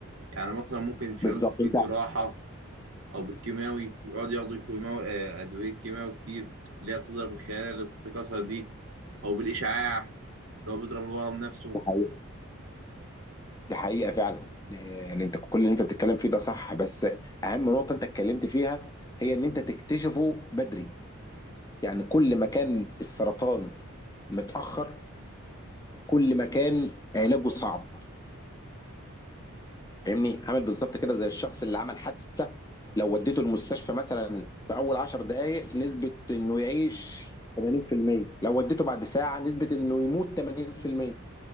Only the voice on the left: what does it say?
بالظبط
انت
دي حقيقة دي حقيقة فعلا آه، يعني انت كل اللي انت بتتكلم فيه ده صح بس اهم نقطة انت اتكلمت فيها هي ان انت تكتشفه بدري يعني كل ما كان السرطان متأخر كل ما كان علاجه صعب فاهمني عامل بالظبط كده زي الشخص اللي عمل حادثة لو وديته المستشفى مثلا في اول 10 دقائق نسبة انه يعيش 80% لو وديته بعد ساعة نسبة انه يموت 80%